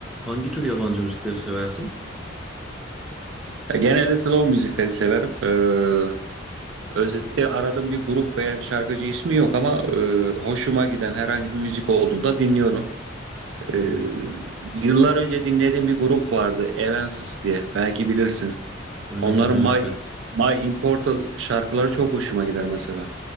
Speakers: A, in the centre; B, on the right.
A: Hangi tür yabancı müzikleri seversin?
B: Ya genelde slow müzikleri severim. Ee, özellikle aradığım bir grup veya şarkıcı ismi yok ama e, hoşuma giden herhangi bir müzik olduğunda dinliyorum. Ee,
A: Hı hı.
B: yıllar önce dinlediğim bir grup vardı, Evanescence diye. Belki bilirsin.
A: Aynen
B: Onların
A: Evanescence.
B: My My Immortal şarkıları çok hoşuma gider mesela.